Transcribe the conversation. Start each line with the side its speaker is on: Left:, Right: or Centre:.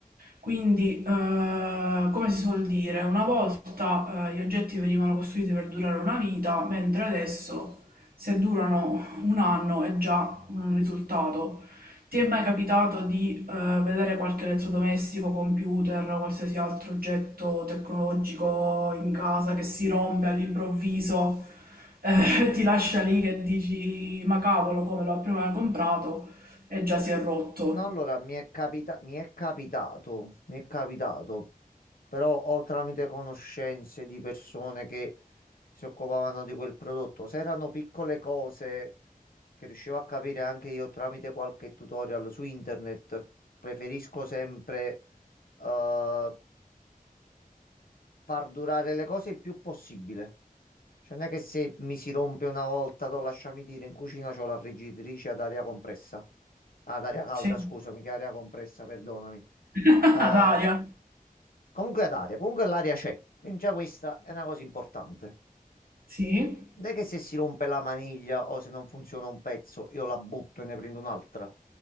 Right: Quindi, eh, come si suol dire, una volta eh, gli oggetti venivano costruiti per durare una vita, mentre adesso se durano un anno è già un risultato. Ti è mai capitato di eh, vedere qualche elettrodomestico, computer, qualsiasi altro oggetto tecnologico in casa che si rompe all'improvviso, eh, <laughs> ti lascia lì che dici, ma cavolo, come l'ho prima comprato e già si è rotto.
Left: No, allora mi è capita- mi è capitato, mi è capitato, però ho tramite conoscenze di persone che si occupavano di quel prodotto. Se erano piccole cose che riuscivo a capire anche io tramite qualche tutorial su internet, preferisco sempre eh, far durare le cose il più possibile. Cioè, non è che se mi si rompe una volta, to, lasciami dire, in cucina c'ho la friggitrice ad aria compressa. Ah, ad aria calda,
Right: Sì.
Left: scusami, che aria compressa, perdonami.
Right: <laughs>
Left: Eh,
Right: Ad aria.
Left: comunque ad aria, comunque l'aria c'è. Quindi già questa è una cosa importante.
Right: Sì.
Left: Non è che se si rompe la maniglia o se non funziona un pezzo, io la butto e ne prendo un'altra.